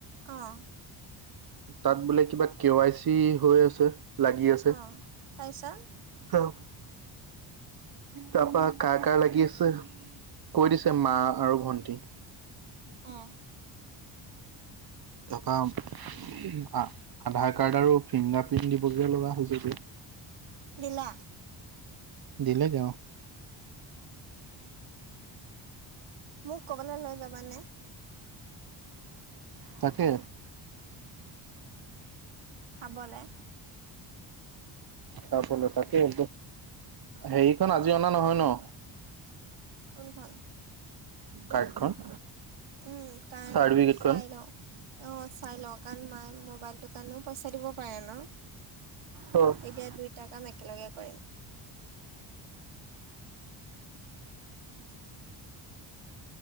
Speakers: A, on the right; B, on the right.
A: অ'।
B: তাত বোলে কিবা কে-ৱাই-চি হৈ আছে। লাগি আছে।
A: অ তাৰপিছত
B: অ
A: <inaudible>
B: তাৰপা কাৰ কাৰ লাগি আছে, কৈ দিছে মা আৰু ভন্টি।
A: অ'।
B: তাৰপৰা আধাৰ কাৰ্ড আৰু, ফিংগাৰ প্ৰিণ্ট দিবগে লগা হৈছে যে।
A: দিলা
B: দিলেগে অ'।
A: মোক ক'বালৈ লৈ যাবানে?
B: তাকে
A: খাবলে
B: তাকেই হেৰিখন আজি অনা নহয় ন?
A: কোনখন?
B: কাৰ্ডখন।
A: উম কাৰণ
B: চাৰ্টিফিকেটখন
A: চাই লও অ' চাই লওঁ, কাৰণ মায়ে মোবাইলটো কাৰণেও পইচা দিব পাৰে ন!
B: অ
A: তেতিয়া দুইটা কাম একেলগে কৰিম। <inaudible>